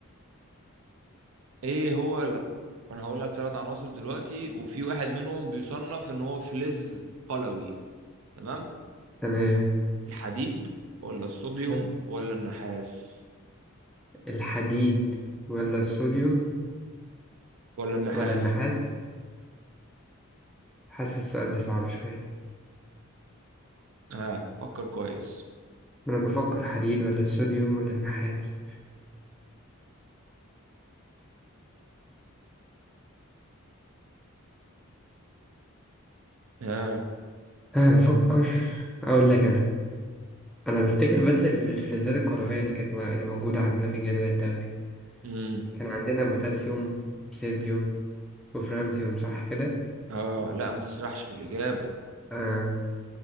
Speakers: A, on the right; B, in the centre.
A: إيه هو ال... أنا هقول لك ثلاث عناصر دلوقتي وفي واحد منهم بيصنف إن هو فلز قلوي تمام
B: تمام
A: الحديد ولا الصوديوم
B: ها،
A: ولا النحاس
B: الحديد ولا الصوديوم
A: ولا النحاس
B: ولا النحاس حاسس السؤال ده صعب شوية
A: ها آه. فكر كويس
B: أنا بفكر حديد ولا الصوديوم ولا النحاس
A: ها
B: أنا بفكر أقول لك أنا انا بفتكر بس ال- الفلزات القولوية اللي كانت م- اللي موجودة عندنا في الجدول الدوري
A: آه.
B: كان عندنا بوتاسيوم وسيزيوم وفرانسيوم صح كده
A: اه لا ما تسرحش في الإجابة
B: آه